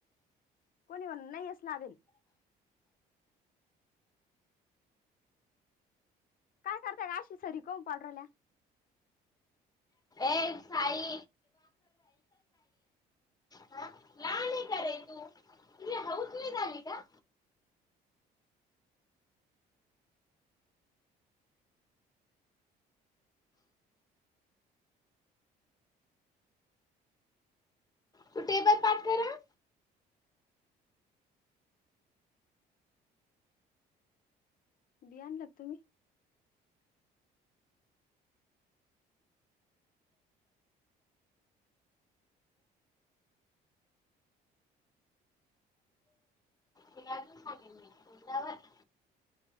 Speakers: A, on the left (about 55°); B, on the left (about 20°).
A: कोणी कोण नाही अस लावेल. काय करताय का अशी सरी कोन पाडून राहील्या.
B: एक साई. हा? लहान आहे का रे तू तुझी हौस नाही झाली का तू टेबल पाठ करा
A: बिया आणला तुम्ही.
B: वर. <unintelligible>